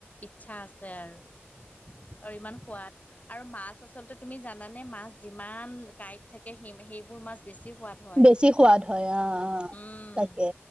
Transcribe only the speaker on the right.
বেছি সোৱাদ হয় অ অ
তাকে।